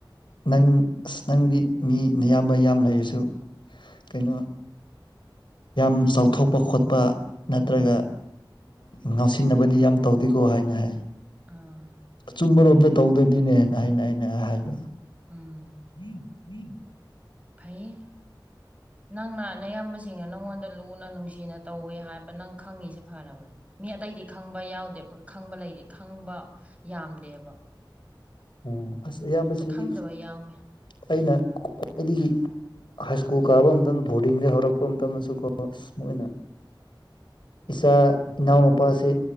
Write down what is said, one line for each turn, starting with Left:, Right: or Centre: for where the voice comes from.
Left: ꯅꯪ ꯑꯁ ꯅꯪꯗꯤ ꯃꯤ ꯅꯌꯥꯝꯕ ꯌꯥꯝ ꯂꯩꯔꯁꯨ ꯀꯩꯅꯣ ꯌꯥꯝ ꯆꯥꯎꯊꯣꯛꯄ ꯈꯣꯠꯄ ꯅꯠꯇ꯭ꯔꯒ ꯉꯥꯎꯁꯤꯟꯅꯕꯗꯤ ꯌꯥꯝ ꯇꯧꯗꯦꯀꯣ ꯍꯥꯏꯅ ꯍꯥꯏ
Right: ꯑꯥ
Left: ꯑꯆꯨꯝꯕꯔꯣꯝꯗ ꯇꯧꯗꯕꯅꯤꯅꯦꯅ ꯍꯥꯏꯅ ꯑꯩꯅ ꯍꯥꯏꯕ
Right: ꯎꯝ
Left: <inaudible>
Right: ꯐꯩꯌꯦ ꯅꯪꯅ ꯅꯌꯥꯝꯕ ꯁꯤꯡꯅ ꯅꯪꯉꯣꯟꯗ ꯂꯨꯅ ꯅꯨꯡꯁꯤꯅ ꯇꯧꯋꯦ ꯍꯥꯏꯕ ꯅꯪ ꯈꯪꯉꯤꯁꯦ ꯐꯔꯕꯅꯦ ꯃꯤ ꯑꯇꯩꯗꯤ ꯈꯪꯕ ꯌꯥꯎꯗꯦ ꯈꯪꯕ ꯂꯩꯔꯤ ꯈꯪꯕ ꯌꯥꯝꯗꯦꯕ
Left: ꯑꯣ ꯑꯁ ꯑꯌꯥꯝꯕꯁꯤꯗꯤ
Right: ꯈꯪꯗꯕ ꯌꯥꯎꯋꯦ
Left: ꯑꯩꯅ ꯋꯥꯗꯒꯤ ꯍꯥꯏ ꯁ꯭ꯀꯨꯜ ꯀꯥꯕ ꯃꯇꯝ ꯕꯣꯔꯗꯤꯡꯗ ꯍꯧꯔꯛꯄ ꯃꯇꯝꯗꯁꯨꯀꯣ ꯅꯣꯏꯅ
Right: ꯎꯝ
Left: ꯏꯁꯥ ꯏꯅꯥꯎ-ꯅꯨꯄꯥꯁꯦ